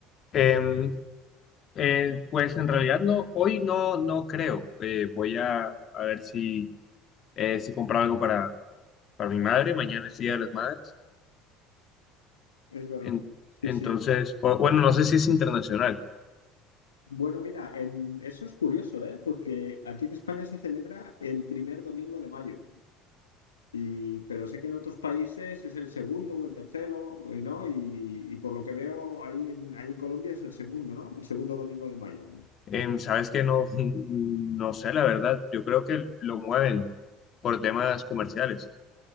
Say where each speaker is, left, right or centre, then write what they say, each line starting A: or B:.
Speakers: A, on the left; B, on the left.
A: em, eh, pues en realidad no, hoy no, no creo. Eh, voy a, a ver si, eh, si compro algo para, para mi madre. Mañana es Día de las Madres.
B: Es verdad.
A: En-
B: Sí,
A: entonces,
B: sí.
A: o- bueno, no sé si es internacional.
B: Bueno, mira, en- eso es curioso, ¿eh? Porque aquí en España se celebra el primer domingo de mayo. Y, pero sé que en otros países es el segundo o el tercero, ¿no? Y, y por lo que veo ahí en, ahí en Colombia es el segundo, ¿no? El segundo domingo de mayo.
A: Em, sabes que no, <laughs> no sé, la verdad. Yo creo que lo mueven por temas comerciales.